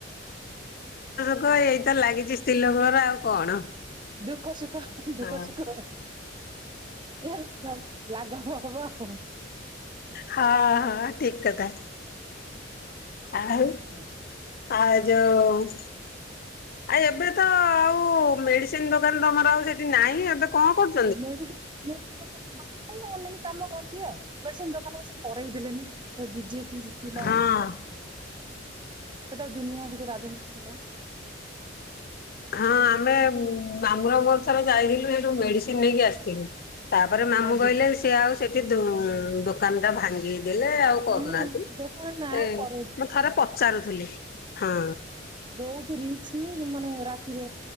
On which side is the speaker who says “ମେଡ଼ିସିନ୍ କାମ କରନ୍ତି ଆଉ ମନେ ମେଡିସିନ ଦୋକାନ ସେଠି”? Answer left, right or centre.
Right